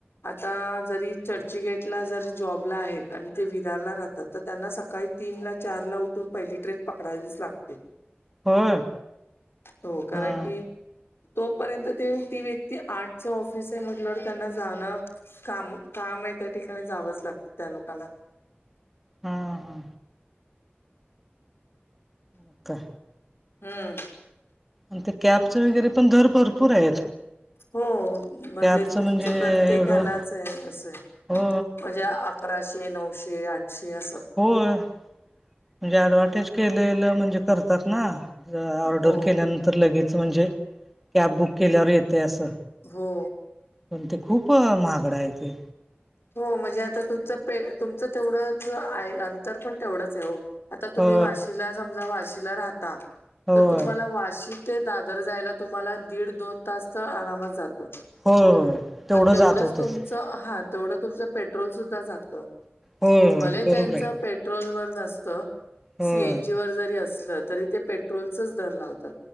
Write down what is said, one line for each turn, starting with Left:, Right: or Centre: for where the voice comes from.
Left: आता जरी चर्चगेटला जरी जॉबला आहेत, आणि ते विरारला राहतात तर त्यांना सकाळी तीनला, चारला उठून पहिली ट्रेन पकडायवीच लागते.
Centre: होय.
Left: हो कारण
Centre: हा
Left: की तोपर्यंत ते ती व्यक्ती आठच र्ऑफिस आहे, म्हटलंवर त्यांना जाणं काम, काम आहे. त्या ठिकाणी जावंच लागतं त्या लोकांना.
Centre: हा हा हो का
Left: हम्म.
Centre: आणि ते कॅबच वगैरे पण दर भरपूर आहेत.
Left: हो, म्हणजे
Centre: कॅबचं
Left: तुमचं
Centre: म्हणजे
Left: प्रत्येक
Centre: एवढं
Left: हलाच आहे, अस आहे.
Centre: हो
Left: म्हणजे अकराशे, नऊशे, आठशे, असं.
Centre: होय, म्हणजे ऍडवटेज केलेलं, म्हणजे करतात ना. ऑर्डर
Left: हो
Centre: केल्यानंतर लगेच, म्हणजे कॅब बुक केल्यावर येतय, असं.
Left: हो.
Centre: पण ते खूप महागडा आहे. ते
Left: हो म्हणजे, आता तुमचं पे तुमचं तेवढंच आहे, अंतर पण तेवढंच आहे हो. आता तुम्ही,
Centre: हो
Left: वाशीला समजा, वाशीला, राहता.
Centre: होय
Left: तर तुम्हाला
Centre: होय
Left: वाशी. ते दादर जायला तुम्हाला दीड दोन तास, तर आरामात जात.
Centre: होय तेवढं
Left: प तेवढंच
Centre: जात होतच
Left: तुमचं हा, तेवढं तुमचं पेट्रोल सुद्धा जात.
Centre: होय होय
Left: भले
Centre: बरोबर
Left: त्यांच
Centre: आहे
Left: पेट पेट्रोल वर नसत,
Centre: होय
Left: सीएन जी वर जरी असलं, तरी ते पेट्रोलचच दर लावतात.